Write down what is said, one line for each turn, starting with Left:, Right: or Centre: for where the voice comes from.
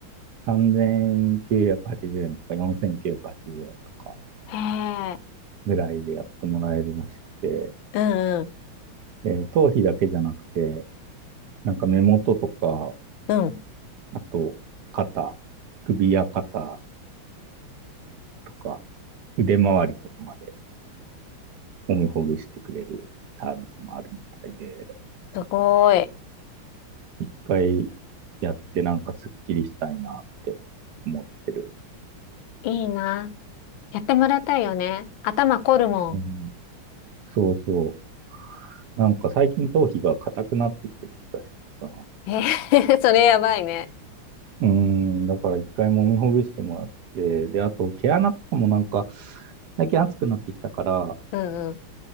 Right: 3980円とか4980円とか
Left: へえ。
Right: ぐらいでやってもらえるらしくて、
Left: うん、うん、
Right: で、頭皮だけじゃなくて、なんか目元とか、
Left: うん。
Right: あと肩、首や肩とか腕周りとかまで揉みほぐしてくれるサービスもあるみたいで、
Left: すごい。
Right: 一回やってなんかスッキリしたいなって思ってる。
Left: いいな。やってもらいたいよね。頭凝るもん。
Right: うん、そうそう。なんか最近頭皮が硬くなってきてる気がしてさ。
Left: えー <laughs> それやばいね。
Right: うん、だから一回揉みほぐしてもらって、で、あと毛穴とかもなんか、最近暑くなってきたから、
Left: うんうん。